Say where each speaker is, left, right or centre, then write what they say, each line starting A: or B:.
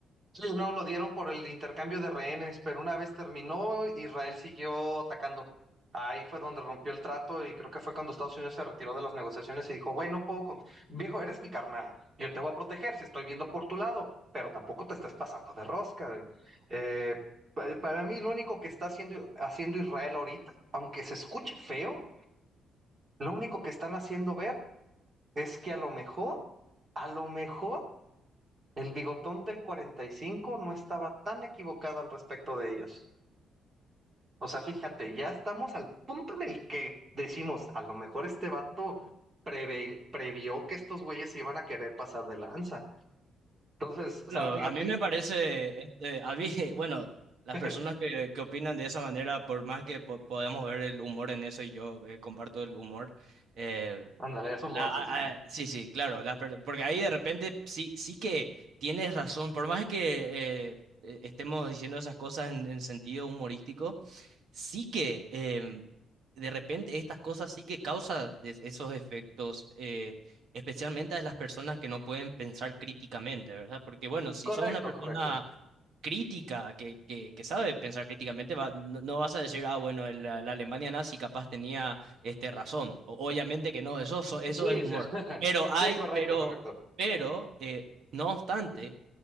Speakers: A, on the right (about 25°); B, on the right (about 55°).
A: Sí, no, lo dieron por el intercambio de rehenes, pero una vez terminó, Israel siguió atacando. Ahí fue donde rompió el trato y creo que fue cuando Estados Unidos se retiró de las negociaciones y dijo, güey, no puedo, con- viejo, eres mi carnal, yo te voy a proteger si estoy viendo por tu lado, pero tampoco te estés pasando de rosca, güey". Eh, pa- para mí lo único que está haciendo, haciendo Israel ahorita, aunque se escuche feo, lo único que están haciendo ver es que a lo mejor, a lo mejor el bigotón del 45 no estaba tan equivocado al respecto de ellos. O sea, fíjate, ya estamos al punto en el que decimos, a lo mejor este vato preve- previó que estos güeyes se iban a querer pasar de lanza. Entonces, o sea,
B: Bueno,
A: fíjate.
B: a mí me parece, este, a mí, <laughs> bueno, las
A: <laughs>
B: personas que, que opinan de esa manera, por más que po- podamos ver el humor en eso y yo eh, comparto el humor, eh,
A: Ándale, es humor,
B: la, a-
A: sí, sí.
B: a- sí, sí, claro, las per- porque ahí de repente sí, sí que tienes razón, por más que eh, eh, estemos diciendo esas cosas en, en sentido humorístico, sí que em, de repente estas cosas sí que causan es- esos efectos, eh, especialmente a las personas que no pueden pensar críticamente, ¿verdad? Porque bueno, si
A: Correcto,
B: sos una persona
A: correcto.
B: crítica, que, que, que sabe pensar críticamente, va- no, no vas a decir, ah, bueno, el- la, la Alemania nazi capaz tenía este, razón. O- obviamente que no, eso, so- eso
A: Sí,
B: es humor.
A: sí. <laughs>
B: Pero hay,
A: Sí, correcto,
B: pero,
A: correcto.
B: pero, eh, no obstante,